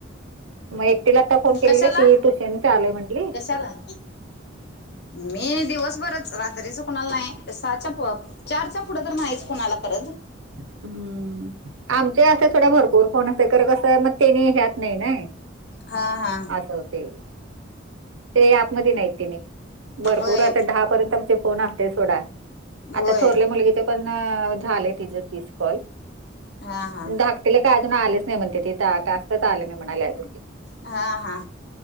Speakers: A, on the right; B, on the left.
A: मग एकटीला आता फोन केलेला
B: कशाला
A: ती ट्युशन चालूय म्हंटली.
B: कशाला? मी दिवसभरच रात्रीच कुणाला नाय साच्या पप चारच्या पुढं तर नाहीच कुणाला करत.
A: हम्म आमच्या याथ थोड भरपूर होणत तर कसं मग तेनी ह्यात नाही नई
B: हा हा
A: असं होते. ते ऍप मधी नाही तेनी भरपूर
B: होय
A: असे दहा पर्यंत आमचे फोन असतेय सोडा.
B: होय
A: आता थोरल्या मुलगीचे पण अ झाले तिज तीस कॉल
B: हा हा
A: धाक तिला काय अजून आलेच नाही म्हणते ति टा टास्कच आले नाही म्हणाले अजून. ती.
B: हा हा